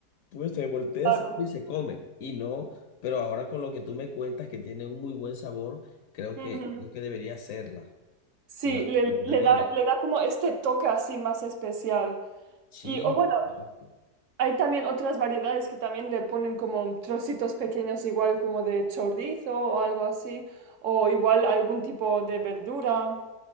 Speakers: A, on the left; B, on the right.
A: pues se voltea,
B: Claro.
A: se- y se come. Y no, pero ahora con lo que tú me cuentas que tiene un muy buen sabor, creo
B: Ujú.
A: que, creo que debería hacerla.
B: Sí,
A: Me la
B: le,
A: recomendaría.
B: le da, le da como este toque así más especial.
A: Sí,
B: Y o bueno,
A: por supuesto.
B: Hay también otras variedades que también le ponen como trocitos pequeños, igual como de chorizo o algo así, o igual algún tipo de verdura,